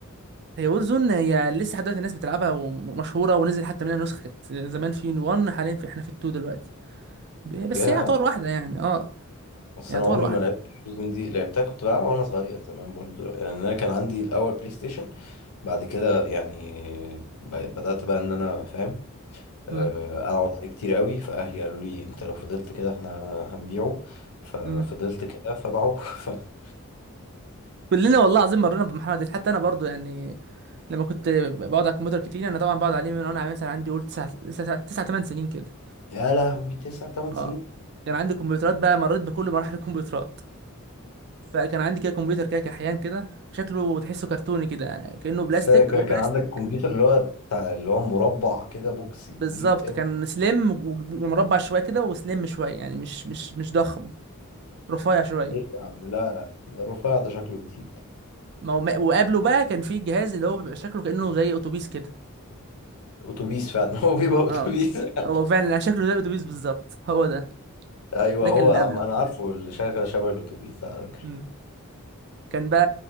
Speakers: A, on the right; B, on the left.
A: هي وور زون هي لسه لحد دلوقتي الناس بتلعبها ومشهوره ونزل حتى منها نسخه كانت زمان في 1 حاليا في احنا في 2 دلوقتي ب- بس
B: يا
A: هي يعتبر واحده يعني اه
B: بس
A: يعتبر
B: انا عمري
A: واحده
B: ما لعبت وورزون دي لعبتها كنت بلعبها وانا صغير زمان برضو يعني انا كان عندي الاول بلاي ستيشن بعد كده يعني ب- بدأت بقى ان انا فاهم آه،
A: امم
B: اقعد عليه كتير قوي فاهلي قالوا لي انت لو فضلت كده احنا هنبيعه ففضلت
A: امم
B: كده فباعوه <laughs>
A: كلنا والله العظيم مرينا بالمرحله دي حتى انا برضو يعني لما كنت بقعد على الكمبيوتر كتير انا طبعا بقعد عليه من وانا مثلا عندي قول 9 9 8 سنين كده
B: يا لهوي تسع تمن
A: اه
B: سنين
A: كان عندي كمبيوترات بقى مريت بكل مراحل الكمبيوترات فكان عندي كده كمبيوتر كده كحيان كده شكله تحسه كرتوني كده كأنه بلاستيك
B: استنى كده،
A: هو بلاستيك
B: كان كان عندك كمبيوتر اللي هو بتاع اللي هو مربع كده بوكس
A: بالظبط
B: كبير قوي
A: كان سليم ومربع شويه كده وسليم شويه يعني مش مش مش ضخم رفيع شويه
B: ايه يا عم لا لا الرفيع ده شكله جديد
A: ما هو ما- وقبله بقى كان في جهاز اللي هو بيبقى شكله كأنه زي اتوبيس كده
B: اتوبيس فعلا <laughs> هو بيبقى اتوبيس
A: اه
B: فعلا
A: هو فعلا يعني شكله زي اتوبيس بالظبط هو ده
B: ايوه
A: ده
B: هو
A: كان اللي
B: عم
A: قبله
B: انا عارفه اللي شغال شبه الاتوبيس ده على فكره
A: مم. كان بقى